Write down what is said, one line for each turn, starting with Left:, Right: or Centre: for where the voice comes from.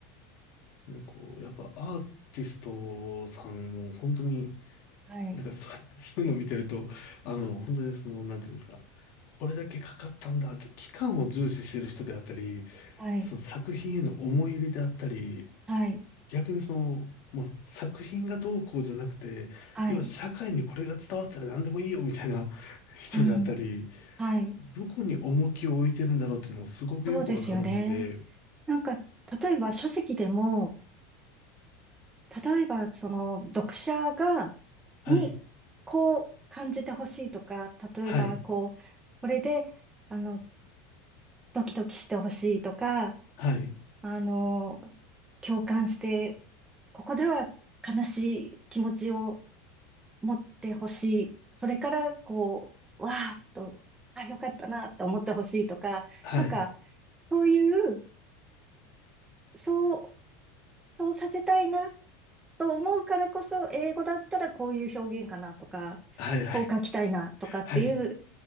Left: で、こう、やっぱアーティストさんも本当に、
Right: はい、
Left: なんかそう、<laughs> そういうのを見てると、あの、本当にその、なんていうんですか、これだけかかったんだって、期間を重視してる人であったり、
Right: はい、
Left: その作品への思い入れであったり、
Right: はい、
Left: 逆にその、もう作品がどうこうじゃなくて、
Right: はい、
Left: 要は社会にこれが伝わったら何でもいいよみたいな <laughs> 人であったり、
Right: うん。はい。
Left: どこに重きを置いてるんだろうっていうのもすごくよくわかるんで、
Right: そうですよね。なんか、例えば書籍でも、例えばその読者が、
Left: はい、
Right: に、こう感じてほしいとか、例えばこう、
Left: はい、
Right: これで、あの、ドキドキしてほしいとか、
Left: はい、
Right: あの、共感して、ここでは悲しい気持ちを持ってほしい。それから、こう、わーっと、あ、よかったなって思ってほしいとか、
Left: はい、
Right: なんか、そういう、そうそうさせたいなと思うからこそ、英語だったらこういう表現かなとか、
Left: はい、
Right: こう書きたいなとかっていう
Left: はい、